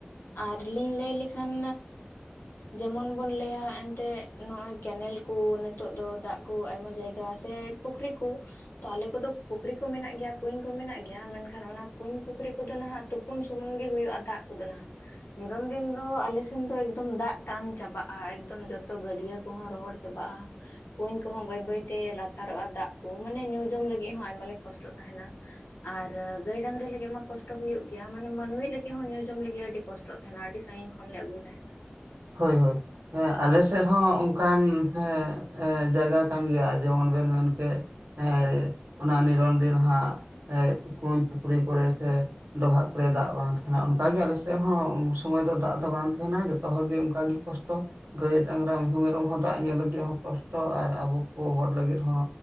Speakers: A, on the left; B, on the right.
A: ᱟᱨ ᱞᱤᱧ ᱞᱟᱹᱭ ᱞᱮᱠᱷᱟᱱᱼᱼ ᱡᱮᱢᱚᱱ ᱵᱚᱱ ᱞᱟᱹᱭᱟ ᱮᱱᱛᱮᱫ ᱱᱚᱜᱼᱚᱭ ᱠᱮᱱᱮᱞᱼᱼ ᱠᱩ ᱱᱤᱛᱚᱜ ᱫᱚ ᱫᱟᱜ ᱠᱚ ᱟᱭᱢᱟ ᱡᱟᱭᱜᱟ ᱥᱮ ᱯᱩᱠᱷᱨᱤ ᱠᱚ ᱛᱚ ᱟᱞᱮ ᱠᱚᱫᱚ ᱯᱩᱠᱷᱨᱤ ᱠᱚ ᱢᱮᱱᱟᱜ ᱜᱮᱭᱟ᱾ ᱠᱩᱧ ᱠᱚ ᱢᱮᱱᱟᱜ ᱜᱮᱭᱟ, ᱢᱮᱱᱠᱷᱟᱱ ᱚᱱᱟ ᱠᱩᱧ ᱯᱩᱠᱷᱨᱤ ᱠᱚᱫᱚ ᱱᱟᱦᱟᱜ ᱛᱩᱯᱩᱱ ᱥᱩᱢᱩᱱ ᱜᱮ ᱦᱩᱭᱩᱜᱼᱟ, ᱫᱟᱜ ᱠᱚᱫᱚ ᱱᱟᱦᱟᱜ ᱱᱤᱨᱚᱱ ᱫᱤᱱ ᱫᱚ ᱟᱞᱮᱥᱮᱱ ᱫᱚ ᱮᱠᱫᱚᱢ ᱫᱟᱜ ᱴᱟᱱ ᱪᱟᱵᱟᱜᱼᱟ᱾ ᱮᱠᱫᱚᱢ ᱡᱚᱛᱚ ᱜᱟᱹᱰᱤᱭᱟᱹ ᱠᱚᱦᱚᱸ ᱨᱚᱦᱚᱲ ᱪᱟᱵᱟᱜᱼᱟ᱾ ᱠᱩᱧ ᱠᱚᱦᱚᱸ ᱵᱟᱹᱭ ᱵᱟᱹᱭᱛᱮ ᱞᱟᱛᱟᱨᱚᱜᱼᱟ, ᱫᱟᱜ ᱠᱚ ᱢᱟᱱᱮ ᱧᱩ ᱡᱚᱢ ᱞᱟᱹᱜᱤᱫ ᱦᱚᱸ ᱟᱭᱢᱟ ᱞᱮ ᱠᱚᱥᱴᱚᱜ ᱛᱟᱦᱮᱱᱟ᱾ ᱟᱨ ᱜᱟᱹᱭ ᱰᱟᱝᱨᱤ ᱞᱟᱹᱜᱤᱫ ᱢᱟ ᱠᱚᱥᱴᱚ ᱦᱩᱭᱩᱜ ᱜᱮᱭᱟ᱾ ᱢᱟᱱᱮ ᱢᱟᱹᱱᱩᱭ ᱞᱟᱹᱜᱤᱫ ᱦᱚᱸ ᱧᱩ ᱡᱚᱢ ᱞᱟᱹᱜᱤᱫ ᱦᱚ ᱟᱹᱰᱤ ᱠᱚᱥᱴᱚᱜ ᱛᱟᱦᱮᱱᱟ᱾ ᱟᱹᱰᱤ ᱥᱟᱺᱜᱤᱧ ᱠᱷᱚᱱ ᱞᱮ ᱟᱹᱜᱩᱭ ᱛᱟᱸᱦᱮᱱᱟ᱾
B: ᱦᱳᱭ ᱦᱳᱭ᱾ ᱦᱮᱸ ᱟᱞᱮ ᱥᱮᱫ ᱦᱚᱸ ᱚᱱᱠᱟᱱ ᱦᱮᱸ ᱮ ᱡᱟᱭᱜᱟ ᱠᱟᱱ ᱜᱮᱭᱟ ᱡᱮᱢᱚᱱ ᱵᱮᱱ ᱢᱮᱱᱠᱮᱜ ᱦᱮᱸ ᱚᱱᱟ ᱱᱤᱨᱚᱱᱫᱤᱱ ᱦᱟᱸᱜ ᱮ ᱠᱩᱧ, ᱯᱩᱠᱷᱨᱤ ᱠᱚᱨᱮ ᱥᱮ ᱰᱚᱵᱷᱟᱜ ᱠᱚᱨᱮ ᱫᱟᱜ ᱵᱟᱝ ᱛᱟᱦᱮᱱᱟ ᱚᱱᱠᱟᱜᱮ ᱟᱞᱮᱥᱮᱫ ᱦᱚᱸ ᱥᱚᱢᱚᱭ ᱫᱚ ᱫᱟᱜ ᱫᱚ ᱵᱟᱝ ᱛᱟᱦᱮᱱᱟ ᱡᱚᱛᱚ ᱡᱷᱚᱛᱚ ᱦᱚᱲ ᱜᱮ ᱚᱱᱠᱟᱜ ᱜᱮ ᱠᱚᱥᱴᱚ ᱜᱟᱹᱭ, ᱰᱟᱝᱨᱟ, ᱢᱤᱦᱩ, ᱢᱮᱨᱚᱢ ᱦᱚᱸ ᱫᱟᱜ ᱧᱩ ᱞᱟᱹᱜᱤᱫ ᱦᱚᱸ ᱠᱚᱥᱴᱚ ᱟᱨ ᱟᱵᱚ ᱠᱚ ᱦᱚᱲ ᱞᱟᱹᱜᱤᱫ ᱦᱚᱸ